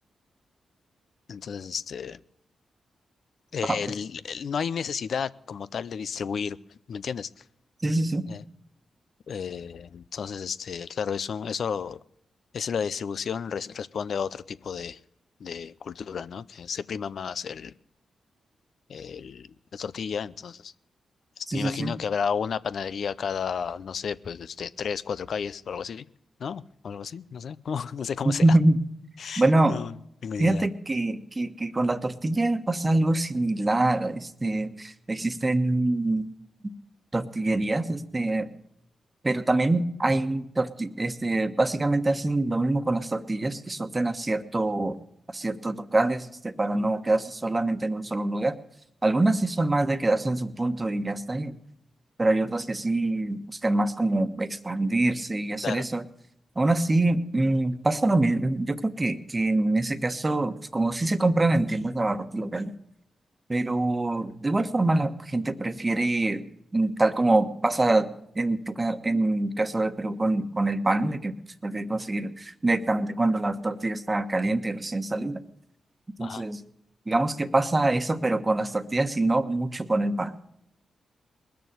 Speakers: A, on the left; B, on the right.
A: Entonces, este... el-
B: Ah,
A: el- no hay necesidad como tal de distribuir, ¿me entiendes?
B: sí, sí, sí.
A: Eh, eh, entonces, este, claro, eso, eso, eso la distribución res- responde a otro tipo de, de cultura, ¿no? Que se prima más el, el- la tortilla, entonces, este,
B: sí,
A: me
B: sí,
A: imagino
B: sí.
A: que habrá una panadería cada, no sé, pues, este, tres, cuatro calles o algo así, ¿no? O algo así, no sé, <laughs> cómo- no sé cómo
B: <laughs>
A: sea.
B: Bueno,
A: No, tengo
B: fíjate
A: ni idea.
B: que, que, que con la tortilla pasa algo similar. Este, existen tortillerías, este. Pero también hay torti- este, básicamente hacen lo mismo con las tortillas que sortean a cierto, a ciertos locales, este, para no quedarse solamente en un solo lugar. Algunas sí son más de quedarse en su punto y ya está ahí, pero hay otras que sí buscan más como expandirse y hacer
A: Claro.
B: eso. Aún así, mm, pasa lo mismo. Yo creo que, que en ese caso, pues, como sí se compran en tiendas de abarrotes pero de igual forma la gente prefiere, mm, tal como pasa en tu ca- en caso de Perú con, con el pan, de que se prefiere conseguir directamente cuando la tortilla está caliente y recién salida. Entonces,
A: ajá
B: digamos que pasa eso, pero con las tortillas y no mucho con el pan.